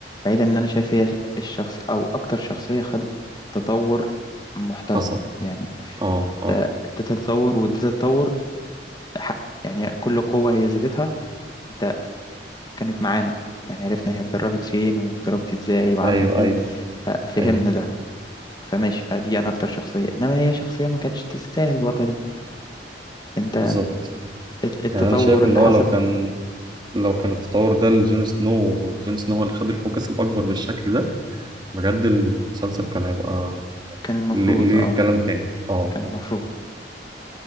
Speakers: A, on the left; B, on the right.
A: بعيدا إن أنا شايف هي الشخص أو أكتر شخصية خدت تطور محترم
B: حصل
A: يعني
B: اه اه
A: ت- تتطور وتتطور حقه يعني كل قوة هي زادتها أنت كانت معانا يعني عرفنا هي اتدربت فين واتدربت إزاي وعملت
B: ايوه
A: إيه
B: ايوه
A: ففهمنا
B: ايوه
A: ده فماشي فدي أنا أكتر شخصية إنما هي شخصية ما كانتش تستاهل الوضع ده أنت
B: بالظبط
A: الت- التطور
B: يعني انا شايف ان
A: اللي
B: هو
A: حصل
B: لو كان لو كان التطور ده لجون سنو وجون سنو هو اللي خد الفوكس الاكبر بالشكل ده بجد المسلسل كان هيبقى يعني
A: كان المفروض
B: ليه ليه
A: آه
B: كلام تاني اه
A: كان
B: اه
A: المفروض